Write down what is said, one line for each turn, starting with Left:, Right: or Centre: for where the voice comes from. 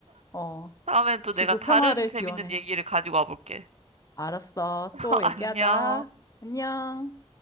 Left: 어.
Right: 다음엔 또
Left: 지구
Right: 내가 다른
Left: 평화를
Right: 재밌는
Left: 기원해.
Right: 얘기를 가지고 와볼게.
Left: 알았어.
Right: <laughs>
Left: 또
Right: 안녕.
Left: 얘기하자. 안녕.